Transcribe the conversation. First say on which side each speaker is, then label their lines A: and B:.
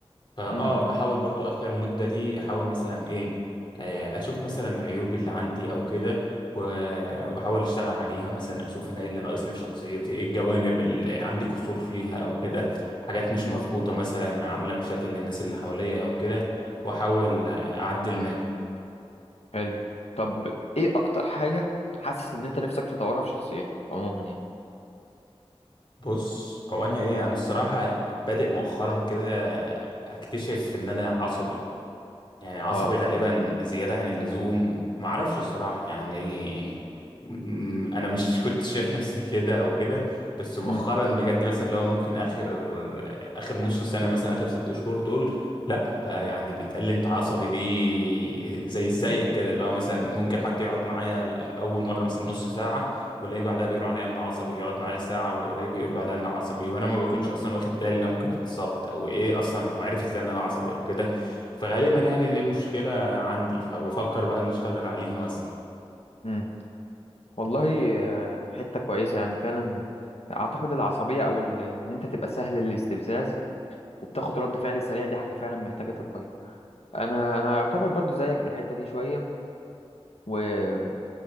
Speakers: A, on the left; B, on the left.
A: فاه
B: امم
A: بحاول برضو اخر المدة دي احاول مثلا ايه آه، اشوف مثلا عيوبي اللي عندي او كده و- واحاول اشتغل عليها مثلا اشوف انا ايه اللي ناقصني في شخصيتي ايه الجوانب اللي عندي قصور فيها او كده حاجات مش
B: امم
A: مظبوطة مثلا عاملة مشاكل للناس اللي حواليا او كده واحاول اعدل منها
B: حلو طب إيه أكتر حاجة حاسس إن أنت نفسك تطورها في شخصيتك عموما يعني؟
A: بص هو انا ايه انا الصراحة بادئ مؤخرا كده اكتشف ان انا عصبي يعني عصبي
B: أه
A: غالبا زيادة عن اللزوم معرفش الصراحة يعني م- أنا مش <laughs> كنت شايف نفسي كده أو كده بس مؤخرا
B: امم
A: بجد مثلا لو ممكن آخر آخر نص سنة مثلا آخر ست شهور دول لأ بقى يعني بيتقال لي أنت عصبي دي زي زيك كده اللي هو مثلا ممكن حد يقعد معايا أول مرة مثلا نص ساعة والاقيه بعدها بيقولوا عليا إن عصبي يقعد معايا ساعة والاقيه بيقول بعدها إن عصبي وأنا ما بكونش أصلا واخد بالي إن أنا ممكن اتعصبت أو إيه أصلا هو عارف إزاي إن أنا عصبي أو كده فغالبا يعني دي مشكلة عندي فبفكر بقى نشتغل عليها مثلا
B: امم والله آه، حتة كويسة يعني فعلا أعتقد العصبية أو ال- إن أنت تبقى سهل الاستفزاز وبتاخد رد فعل سريع دي حاجة فعلا محتاجة تتغير انا انا يعتبر برضو زيك في الحتة دي شوية وبحس